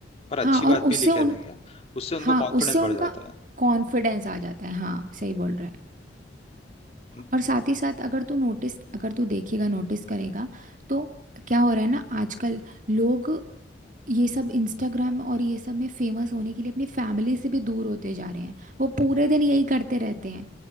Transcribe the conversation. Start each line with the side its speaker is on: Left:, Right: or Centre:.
Left: पर अच्छी
Right: हाँ और
Left: बात भी
Right: उससे
Left: लिखे
Right: उन
Left: रहेंगे उससे उनको
Right: हाँ
Left: कॉन्फिडेंस
Right: उससे उनका
Left: बढ़ जाता है
Right: कॉन्फिडेंस आ जाता है हाँ सही बोल रहा है
Left: उनको
Right: और साथ ही साथ अगर तू नोटिस
Left: हम्म,
Right: अगर तू देखेगा नोटिस करेगा तो क्या हो रहा है ना आजकल लोग ये सब इंस्टाग्राम और ये सब में फेमस होने के लिए अपनी फैमिली से भी दूर होते जा रहे हैं
Left: हम्म,
Right: वो पूरे दिन यही करते रहते हैं